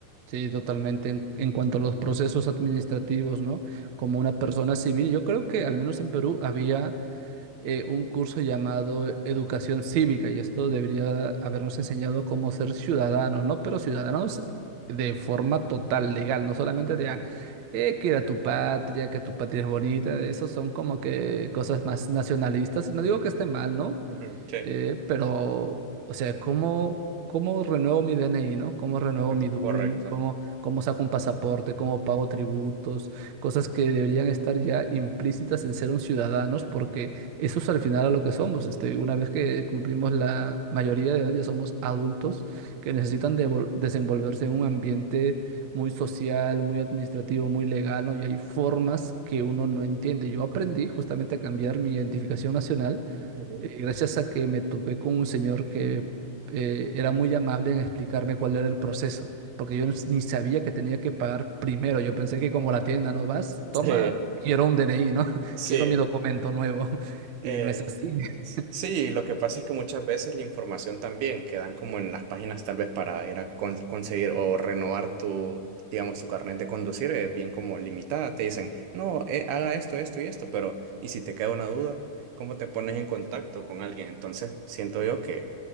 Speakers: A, on the right; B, on the right.
A: Sí, totalmente. En, en cuanto a los procesos administrativos, ¿no? Como una persona civil, yo creo que al menos en Perú había eh, un curso llamado Educación Cívica y esto debería habernos enseñado cómo ser ciudadanos, ¿no? Pero ciudadanos de forma total, legal, no solamente
B: Ujú,
A: de, ah, eh, que era tu patria, que tu patria es bonita, esos son como que cosas más nacionalistas. No
B: ujú.
A: digo que esté mal, ¿no?
B: Ujú, sí,
A: Eh, pero, o sea, ¿cómo, cómo renuevo mi DNI, ¿no? ¿Cómo renuevo
B: ujú,
A: mi DUI?
B: correcto.
A: ¿Cómo, cómo saco un pasaporte? ¿Cómo pago tributos? Cosas que deberían estar ya implícitas en ser un ciudadanos, porque eso es al final a lo que somos. Este, una vez que cumplimos la mayoría de edad, ya somos adultos
B: Ujú,
A: que necesitan devol- desenvolverse en un ambiente muy social, muy administrativo, muy legal, ¿no? Y hay formas que uno no entiende. Yo aprendí justamente a cambiar mi identificación nacional
B: ujú.
A: eh, gracias a que me topé con un señor que eh, era muy amable en explicarme cuál era el proceso, porque yo no- ni sabía que tenía que pagar primero. Yo pensé que como la tienda no vas, toma,
B: Sí,
A: quiero un DNI, ¿no? <laughs>
B: sí.
A: Quiero mi documento nuevo. <laughs>
B: Eh,
A: Y no es así. <laughs>
B: sí, lo que pasa es que muchas veces la información también quedan como en las páginas tal vez para ir a con- conseguir o renovar tu, digamos, tu carnet de conducir, es bien como limitada. Te dicen, no, eh, haga esto, esto y esto, pero ¿y si te queda una duda? ¿Cómo te pones en contacto con alguien? Entonces, siento yo que